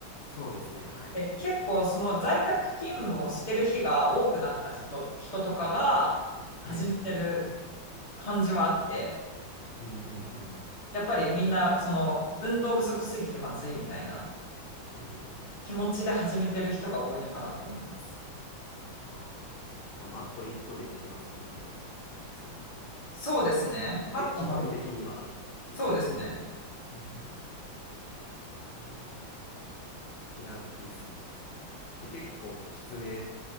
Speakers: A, on the left; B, on the left.
A: そうですね。はい。
B: で結構その在宅勤務をしてる日が多くなった人、人とかが
A: はい。
B: 始めてる感じはあって、
A: うん、うん、
B: やっぱりみんなその運動不足すぎてまずいみたいな
A: うん。うん、うん。
B: 気持ちで始めてる人が多いのかなと思います。
A: あーまあ、マット1個でできますもんね。ピラティスも。
B: そうですね。
A: で、
B: マットも、
A: 基本的にはですよね。
B: そうですね。
A: うんうん。えーピラティスで、結構きつめ